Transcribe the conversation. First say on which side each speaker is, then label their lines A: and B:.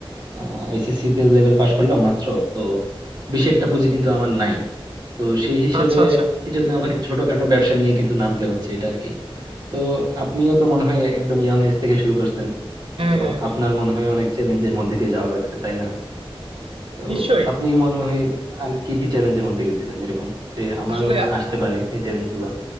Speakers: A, on the right (about 45°); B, on the right (about 70°).
A: আহ এসএসসি তে লেভেল পাস করলাম মাত্র তো বেশি একটা পুঁজি কিন্তু আমার নাই তো সেই হিসেবে
B: আচ্ছা আচ্ছা
A: এই জন্য আমাকে ছোটখাটো ব্যবসা নিয়ে কিন্তু নামতে হচ্ছে এটা আর কি তো আপনিও তো মনে হয় একদম ইয়াং এজ থেকে শুরু করছেন
B: হ্যাঁ
A: তো
B: হ্যাঁ হ্যাঁ
A: আপনার মনে হয় অনেক চ্যালেঞ্জের মধ্যে দিয়ে যাওয়া লাগছে তাই না তো
B: নিশ্চয়ই
A: আপনি মনে হয় আর কি কি চ্যালেঞ্জের মধ্যে গেছিলেন এরকম যে আমারও
B: আসলে
A: আসতে পারে এই চ্যালেঞ্জ গুলো